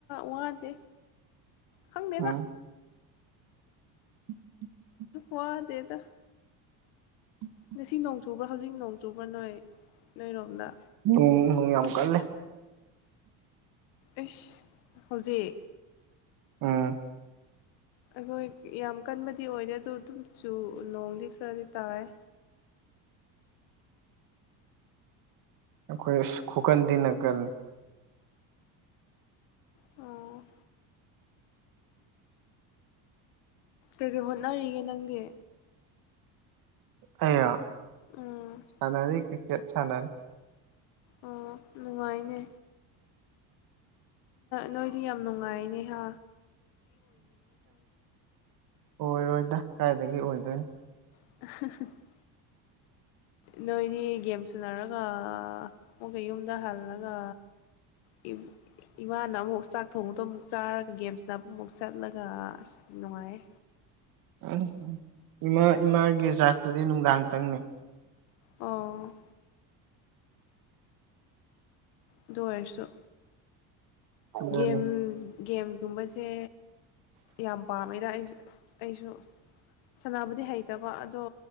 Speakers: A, on the left; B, on the right.
A: ꯋꯥꯗꯦ ꯈꯪꯗꯦꯗ
B: ꯎꯝ <inaudible>
A: ꯋꯥꯗꯦꯗ
B: <inaudible>
A: ꯉꯁꯤ ꯅꯣꯡ ꯆꯨꯕ꯭ꯔꯥ ꯍꯧꯖꯤꯛ ꯅꯣꯡ ꯆꯨꯕ꯭ꯔꯥ ꯅꯣꯏ ꯅꯣꯏꯔꯣꯝꯗ
B: <unintelligible> ꯅꯣꯡ ꯌꯥꯝ ꯀꯜꯂꯦ
A: ꯑꯦꯁ ꯍꯧꯖꯤꯛ
B: ꯎꯝ
A: ꯑꯩꯈꯣꯏ ꯌꯥꯝ ꯀꯟꯕꯗꯤ ꯑꯣꯏꯗꯦ ꯑꯗꯨꯗ ꯑꯗꯨꯝ ꯆꯨ ꯅꯣꯡꯗꯤ ꯈꯔꯗꯤ ꯇꯥꯏ
B: ꯑꯩꯈꯣꯏ ꯑꯁ ꯈꯨꯀꯟ ꯇꯤꯅ ꯀꯂꯤ
A: ꯑꯣ ꯀꯩꯀꯩ ꯍꯣꯠꯅꯔꯤꯒꯦ ꯅꯪꯗꯤ
B: ꯑꯩꯔꯥ
A: ꯎꯝ
B: ꯁꯥꯟꯅꯔꯤ ꯀ꯭ꯔꯤꯀꯦꯠ ꯁꯥꯟꯅꯔꯤ
A: ꯑꯣ ꯅꯨꯡꯉꯥꯏꯅꯦ ꯅꯣꯏꯗꯤ ꯌꯥꯝ ꯅꯨꯡꯉꯥꯏꯅꯦꯍꯥ
B: ꯑꯣꯏꯔꯣꯏꯗ ꯀꯗꯥꯏꯗꯒꯤ ꯑꯣꯏꯗꯣꯏꯅꯣ
A: <unintelligible> <inaudible> ꯅꯣꯏꯅꯤ ꯒꯦꯝ ꯁꯟꯅꯔꯒ ꯑꯃꯨꯛꯀ ꯌꯨꯝꯗ ꯍꯜꯂꯒ <unintelligible> ꯏꯃꯥꯅ ꯑꯃꯨꯛ ꯆꯥꯛ ꯊꯣꯡꯕꯗꯣ ꯑꯃꯨꯛ ꯆꯥꯔꯒ ꯒꯦꯝꯁꯅ ꯑꯃꯨꯛꯃꯨꯛ ꯆꯠꯂꯒ ꯑꯁ ꯅꯨꯡꯉꯥꯏ
B: ꯎꯝ ꯏꯃꯥ ꯏꯃꯥꯒꯤ ꯆꯥꯛꯇꯨꯗꯤ ꯅꯨꯡꯗꯥꯡꯇꯪꯅꯤ
A: ꯑꯣ ꯑꯗꯨ ꯑꯣꯏꯔꯁꯨ
B: ꯑꯗꯨꯅꯤ
A: ꯒꯦꯝ ꯒꯦꯝꯒꯨꯝꯕꯁꯦ ꯌꯥꯝ ꯄꯥꯝꯃꯤꯗ ꯑꯩꯁꯨ ꯑꯩꯁꯨ ꯁꯥꯅꯕꯗꯤ ꯍꯩꯇꯕ ꯑꯗꯣ